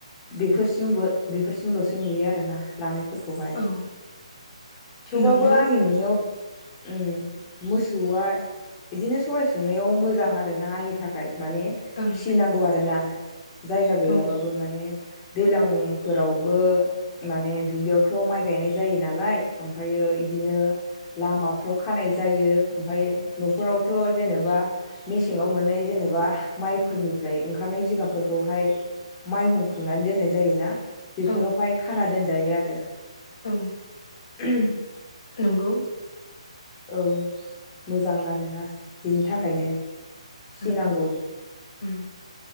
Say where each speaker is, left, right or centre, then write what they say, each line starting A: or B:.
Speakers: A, on the left; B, on the left.
A: बेफोरसिमबो बेफोरसिमलसो नुयो आर ना लानाय फोरखौ हाय
B: औ
A: थेवबाबो
B: नंगौ
A: आ नो उम मोसौआ बिदिनो सहाइ संनायाव मोजां आरो आरोना आंनि थाखाय माने
B: ओं
A: फिसिनांगौ आरो ना जायगा गैयाबाबो
B: औ
A: माने दैलांफोरावबो माने दुब्लियावथ माइ गायनाय जायो नालाय ओमफ्रायो इदि लामाफ्राव खानाय जायो ओमफाय न फोरावथ' जेनेबा मेसेंङाव मोननाय जेनेबा माइफोरनिफ्राय ओंखारनाय जिगाबफोरखौहाय माइ हुंख्रंनानै दोननाय जायोना बेफोरावहाय
B: औ
A: खाना दोन जायो आरो
B: औ।
A: <inaudible>
B: नंगौ
A: औ। मोजां आरोना बिनि थाखायनो फिसिनांगौ
B: उम उम